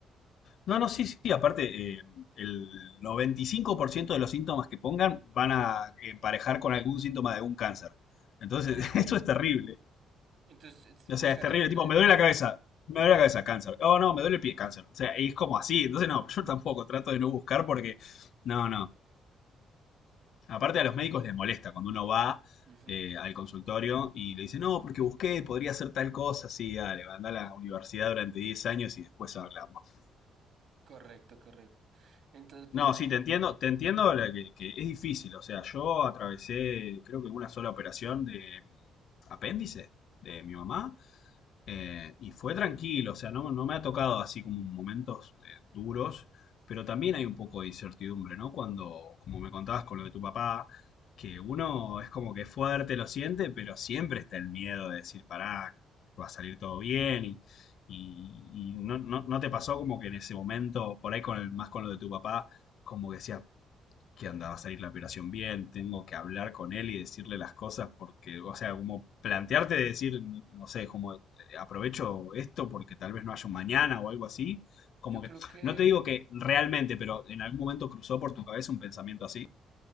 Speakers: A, on the left; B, on the right.
A: No, no, sí, sí, aparte, eh, el 95% de los síntomas que pongan van a emparejar con algún síntoma de un cáncer. Entonces,
B: En
A: <laughs>
B: efecto.
A: esto es terrible.
B: Entonces, es- buscar
A: O sea, es terrible,
B: en internet,
A: tipo, me duele
B: sí.
A: la cabeza, me duele la cabeza, cáncer. Oh, no, me duele el pie, cáncer. O sea, es como así. Entonces, no, yo tampoco trato de no buscar porque, no, no. Aparte a los médicos les molesta cuando uno va
B: Ujú,
A: eh, al consultorio y le dice, no, porque busqué, podría hacer tal cosa, sí, dale, anda a la universidad durante 10 años y después hablamos.
B: Correcto, correcto. Entonces, pues
A: No,
B: no.
A: sí, te entiendo, te entiendo la que, que es difícil. O sea, yo atravesé, creo que una sola operación de mm, apéndice de mi mamá eh, y
B: ujú.
A: fue tranquilo. O sea, no, no me ha tocado así como momentos eh, duros, pero también hay un poco de incertidumbre, ¿no? Cuando, como me contabas con lo de tu papá, que uno es como que es fuerte, lo siente, pero siempre está el miedo de decir, pará, va a salir todo bien y. y- y no, no- no te pasó como que en ese momento, por ahí con el, más con lo de tu papá, como que decía que andaba a salir la operación bien, tengo que hablar con él y decirle las cosas porque, o sea, como plantearte de decir, no sé, como eh, aprovecho esto porque tal vez no haya un mañana o algo así, como
B: Yo creo
A: que,
B: que.
A: no te digo que realmente, pero en algún momento cruzó por tu cabeza un pensamiento así.